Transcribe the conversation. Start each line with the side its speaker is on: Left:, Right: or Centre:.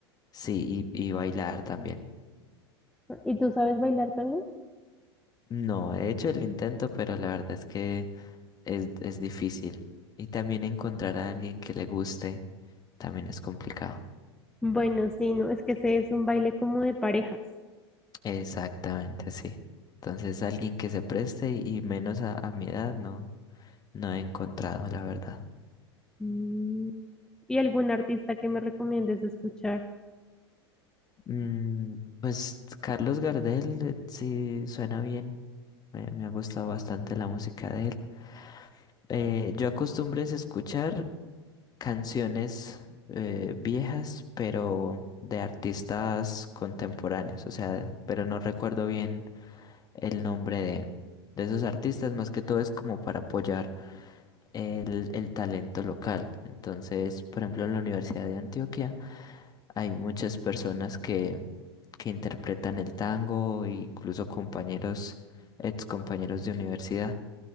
Left: Sí, y, y bailar también.
Centre: ¿Y tú sabes bailar tango?
Left: No, he hecho el intento, pero la verdad es que es, es difícil y también encontrar a alguien que le guste también es complicado.
Centre: Bueno, sí, no, es que ese es un baile como de parejas.
Left: Exactamente, sí. Entonces, alguien que se preste y y menos a, a mi edad, no, no he encontrado, la verdad.
Centre: Mm, ¿Y algún artista que me recomiendes escuchar?
Left: Mm, pues Carlos Gardel, eh, sí, suena bien. Me, me ha gustado bastante la música de él. Eh, yo acostumbré es escuchar canciones eh, viejas, pero de artistas contemporáneos, o sea, pero no recuerdo bien el nombre de, de esos artistas, más que todo es como para apoyar el, el talento local. Entonces, por ejemplo, en la Universidad de Antioquia hay muchas personas que, que interpretan el tango e incluso compañeros, ex compañeros de universidad